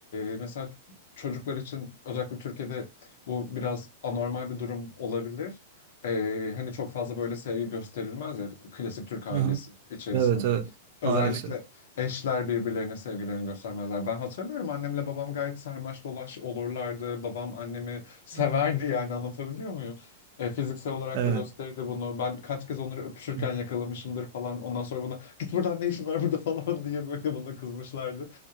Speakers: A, on the left; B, on the right.
A: e, mesela çocuklar için özellikle Türkiye'de bu biraz anormal bir durum olabilir. Ee, hani çok fazla böyle sevgi gösterilmez ya klasik Türk ailesi
B: Hı hı.
A: içerisinde.
B: Evet evet
A: Özellikle
B: maalesef.
A: Eşler birbirlerine sevgilerini göstermezler. Ben hatırlıyorum annemle babam gayet sarmaş dolaş olurlardı. Babam annemi Severdi
B: Hı.
A: yani anlatabiliyor muyum? E, fiziksel olarak
B: Evet.
A: da gösterdi bunu. Ben kaç kez onları öpüşürken
B: Hı.
A: yakalamışımdır falan. Ondan sonra bana git buradan ne işin var burada <laughs> falan diye böyle bana kızmışlardır.